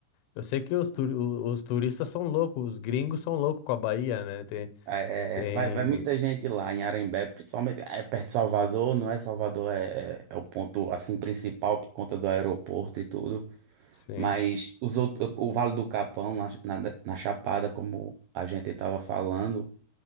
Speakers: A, on the left (about 85°); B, on the right (about 85°).
A: Eu sei que os, turi- o- os turistas são loucos, os gringos são loucos com a Bahia, né? Tem,
B: É,
A: tem,
B: é, vai, vai muita gente lá em Arembé, principalmente é perto de Salvador, não é? Salvador é, é, é o ponto assim principal por conta do aeroporto e tudo,
A: sim.
B: mas os outros, o Vale do Capão, lá na, na Chapada, como a gente estava falando,